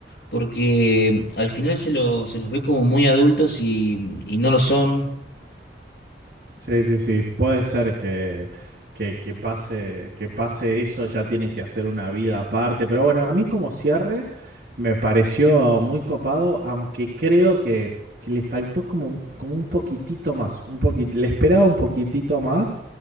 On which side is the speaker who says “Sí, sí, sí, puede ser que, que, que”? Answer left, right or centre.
Right